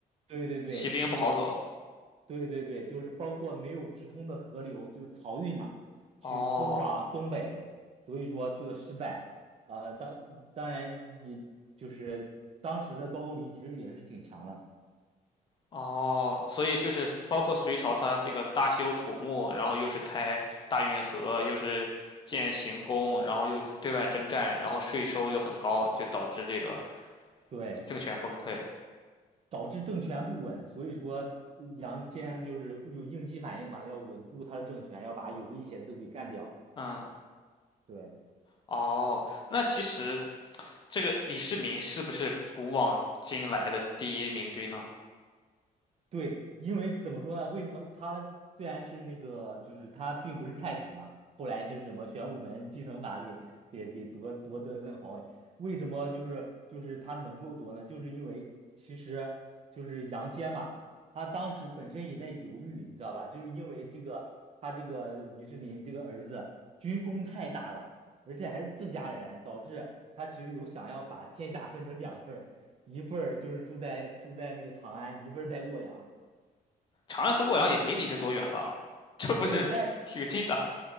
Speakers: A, on the right (about 40°); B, on the left (about 30°).
A: 对对对，
B: 骑兵不好走。
A: 因为对对对，就是包括没有直通的河流，就是漕运嘛，
B: 哦
A: 去通往东北，所以说这个失败。呃，当当然也就是当时的高句丽其实也是挺强的，
B: 哦，所以就是包括隋朝，它这个大修土木，然后又是开大运河，又是建行宫，然后又对外征战，然后税收又很高，就导致这个
A: 对，
B: 政权崩溃。
A: 导致政权不稳，所以说杨坚就是有应激反应嘛，要稳固他的政权，要把有威胁的给干掉。
B: 嗯，
A: 对。
B: 哦，那其实这个李世民是不是古往今来的第一明君呢？
A: 对，因为怎么说呢？为什么他虽然是那个，就是他并不是太子嘛，后来是什么玄武门继承法给给给夺夺得那个皇位？为什么就是就是他能够夺呢？就是因为其实就是杨坚嘛，他当时本身也在犹豫，你知道吧？就是因为这个他这个李世民这个儿子军功太大了，而且还是自家人，导致他其实有想要把天下分成两份儿。一份儿就是住在住在那个长安，一份儿在洛阳。
B: 长安和洛阳也没离着多远吧？<laughs> 这不是挺近的？
A: 对，但